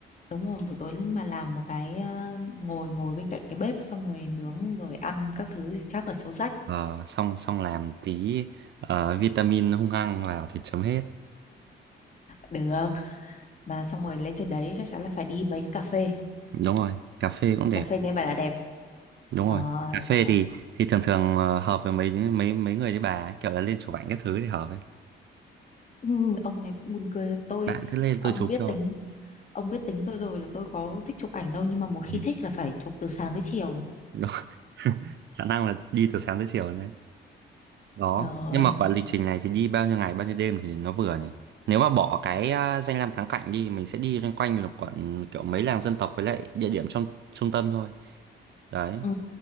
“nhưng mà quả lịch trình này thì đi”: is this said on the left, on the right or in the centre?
Right